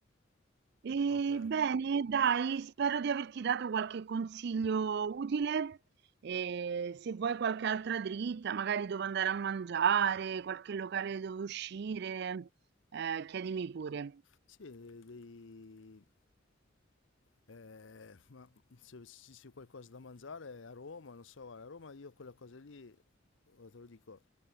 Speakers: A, on the right; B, on the left.
A: E
B: Ok.
A: bene, dai, spero di averti dato qualche consiglio utile. E se vuoi qualche altra dritta, magari dove andare a mangiare, qualche locale dove uscire, eh, chiedimi pure.
B: Sì, dei, eh, ma se, se c'è qualcosa da mangiare a Roma, non so, guarda, a Roma io quella cosa lì, oh, te lo dico,